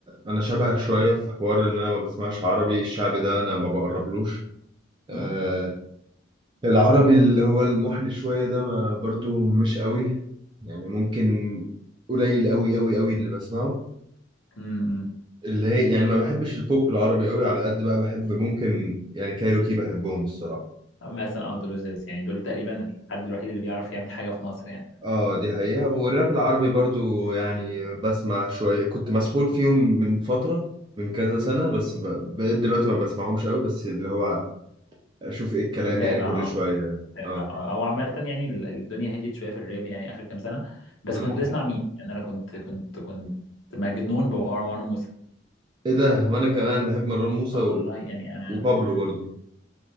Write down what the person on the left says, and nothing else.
م-
م- م.
مثلا اه دول لذيذ يعني دول تقريبا الحد الوحيد اللي بيعرف يعمل حاجه في مصر يعني
متابع
اه
متابع
اه او عامه يعني ال- الدنيا هديت شويه في الراب يعني اخر كام سنه بس
كنت بسمع مين يعني انا كنت كنت كنت مجنون بمروان موسى
آه،
والله يعني انا